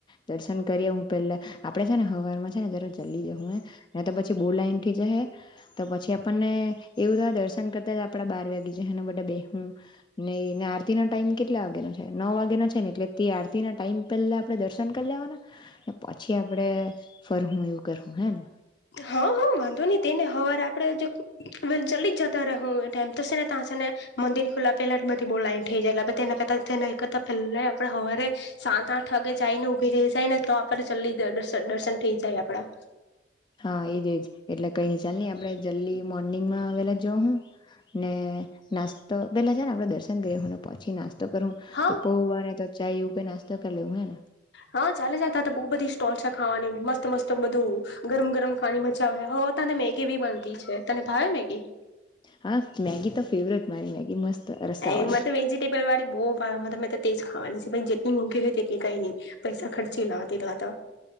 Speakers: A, on the left; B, on the left.
A: દર્શન કરી હું પેલા આપડે છે ને હવાનમાં છે ને જ જલ્લી જવાનું તો પછી બો લાઈન થી જશે તો પછી આપણને એવું થાય દર્શન કરતા જ આપડાે બાર વાગી જાય જે બા બેહુ નેને આરતીનો ટાઈમ કેટલા વાગ્યાનો છે નવ વાગ્યાનોો છે ને એટલે તે આરતી ના ટાઈમ પહેલા આપણે દર્શન કરી લેવા પછી આપડે ફરવું એવું કરવું હે ને
B: હા હા વાંધો નહી તેને હવાર આપડે જલ્દી જ જતા રહું ટાઈમ તોશે ને તં ને મંદિર ખુલ્લા પેલા બધી બહુ લાઈન થઈ જાયના પને એક કરતા પેલા આપડે સવારે સાત આઠ વાગે જાય ને ઉઊભી રહી જાય ને તો આપે જલ્દી દર્શન થઇ જાય આપડા
A: હા એજ એજ એટલે કઈ ન ચાલ નહી આપણે જલ્દી મોર્નિંગમાં આવેલા જો હું ને નાસ્તો પેલા જ ને આપણેે દર્ન ગને પહચી નાસ્તો તો કરવુ
B: હા
A: હું પૌવાને તો ચાય એવું કઈ નાસ્તો કર લેવું હે ને
B: હા ચાલે જા તાત બોવ બધી સ્ટોલ છે ખાવાની મસ્ત મસ્ત બધું ગરમ ગરમ ખાવાની મજા આવે હ પોતાને મેગી બી બનતી છે તને ભાવે મેગી
A: હા મેગી તો ફેવરેટ મારી મેગી મસ્ત રસ્સા વાળી
B: એમા તો વેજીટેબલ વાળી બો ભાવે મને તેજ ખાવાની છે પહી જેટલી મોંઘી હોય તેટલી કઈ ની પૈસા ખર્ચી લેવા તેટલા તો